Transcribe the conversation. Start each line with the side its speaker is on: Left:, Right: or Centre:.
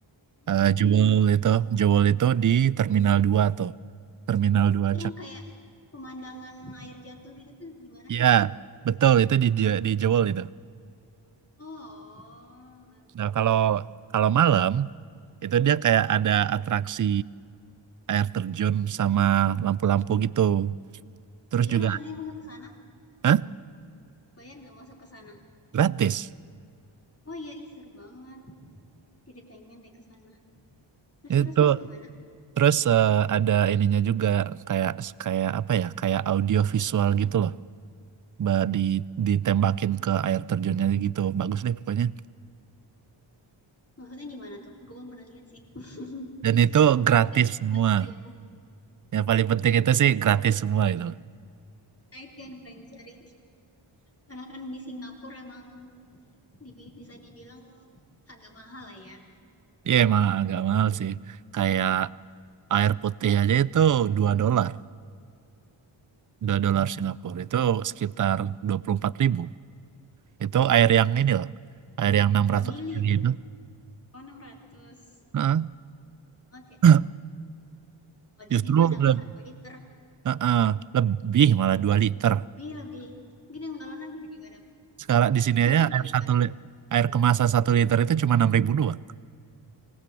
Left: Hmm,
Right: eh, Jewel itu, Jewel itu di Terminal 2 tuh. Terminal 2
Left: itu yang kayak pemandangan air jatuh gitu tuh gimana
Right: Ya,
Left: sih?
Right: betul itu di Je- di Jewel itu.
Left: Oh,
Right: Nah, kalau kalau malam itu dia kayak ada atraksi air terjun sama lampu-lampu gitu. Terus
Left: Bayar
Right: juga,
Left: nggak sih masuk ke sana?
Right: Hah?
Left: Bayar nggak masuk ke sana?
Right: Gratis.
Left: Oh iya, ih seru banget. Jadi pengen deh ke sana. Terus
Right: Itu
Left: terus terus gimana?
Right: terus eh, ada ininya juga kayak kayak apa ya? Kayak audio visual gitu loh. Ba- Di ditembakin ke air terjunnya gitu. Bagus deh pokoknya.
Left: Maksudnya gimana tuh? Gue belum pernah lihat sih. <laughs>
Right: Dan itu gratis
Left: Iya,
Right: semua.
Left: aku bayang.
Right: Yang paling penting itu sih gratis semua itu.
Left: Nah itu yang paling dicari. Karena kan di Singapura emang dibi- bisa dibilang agak mahal lah ya.
Right: Iya, emang agak mahal sih. Kayak air putih aja itu 2 dolar 2 dolar Singapura itu sekitar dua puluh empat ribu itu air yang ini loh air yang enam
Left: Berapa
Right: ratus
Left: mili?
Right: mili
Left: itu?
Right: itu
Left: Oh 600
Right: Heeh.
Left: Banget ya.
Right: <clears throat>
Left: Kalau
Right: justru
Left: di sini mah dapat
Right: le-
Left: satu liter.
Right: heeh, lebih malah dua liter
Left: Lebih lebih. Mungkin yang galonan bisa juga dapat
Right: sekarang di
Left: <laughs>
Right: sini
Left: yang
Right: aja
Left: 5
Right: air
Left: liter.
Right: satu li- air kemasan satu liter itu cuma 6.000 doang